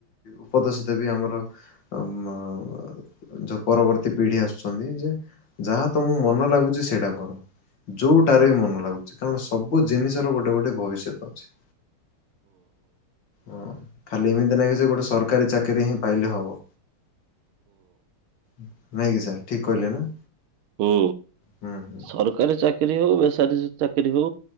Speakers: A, on the left; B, on the right.
A: ଉପଦେଶ ଦେବି ଆମର ଆମ ଯଉ ପରବର୍ତ୍ତୀ ପିଢି ଆସୁଚନ୍ତି ଯେ ଯାହା ତମକୁ ମନ ଲାଗୁଚି ସେଇଟା କର। ଯଉଟାରେ ବି ମନ ଲାଗୁଚି କାରଣ ସବୁ ଜିନିଷ ର ଗୋଟେ ଗୋଟେ ଭବିଷ୍ୟତ ଅଛି। ହଁ ଖାଲି ଏମିତି ନାହିଁ ଯେ ଗୋଟେ ସରକାରୀ ଚାକିରିୀ ହିଁ ପାଇଲେ ହବ। ନାଇଁ କିି ସାର୍ ଠିକ୍ କହିଲେ ନା?
B: ହୁଁ
A: ହୁଁ ହୁଁ
B: ସରକାରୀ ଚାକିରୀ ହଉ ବେସାଦିଚାକିରୀ ହଉ